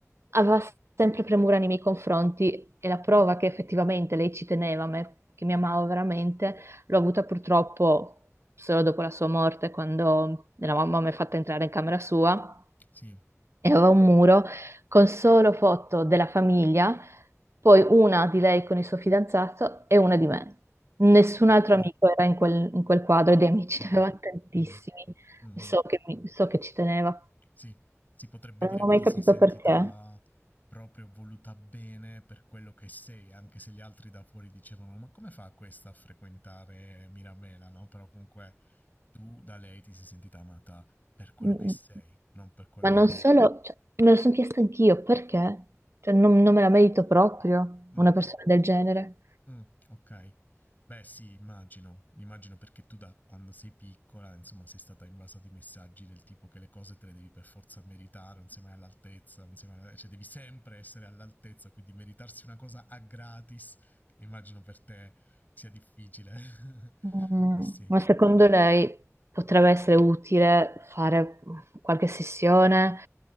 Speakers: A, on the right; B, on the left.
A: aveva sempre premura nei miei confronti e la prova che effettivamente lei ci teneva a me, che mi amava veramente, l'ho avuta purtroppo solo dopo la sua morte, quando la mamma mi ha fatta entrare in camera sua
B: sì,
A: e aveva un muro con solo foto della famiglia, poi una di lei con il suo fidanzato e una di me. Nessun
B: ok.
A: altro amico era in quel, in quel quadro e di amici
B: Mm,
A: ne aveva tantissimi.
B: mm, mhm.
A: So che, mi- so che ci teneva,
B: Sì, si potrebbe
A: però
B: dire
A: non
B: che
A: ho mai
B: ti
A: capito
B: sei sentita
A: perché.
B: proprio voluta bene per quello che sei, anche se gli altri da fuori dicevano ma come fa questa a frequentare Mirabella, no? Però comunque tu da lei ti sei sentita amata per quello
A: Mm,
B: che sei, non per quello
A: Ma non
B: che...
A: solo, cioè, me lo sono chiesto anch'io, perché? Cioè, non, non me la merito proprio
B: Mm,
A: una persona del genere.
B: Mh, okay. Beh sì, immagino. Immagino perché tu da quando sei piccola, insomma, sei stata invasa di messaggi del tipo che le cose te le devi per forza meritare, non sei mai all'altezza, non sei mai cioè devi sempre essere all'altezza, quindi meritarsi una cosa a gratis, immagino per te sia difficile. <laughs>
A: Mm,
B: Eh sì.
A: Ma secondo lei potrebbe essere utile fare qualche sessione?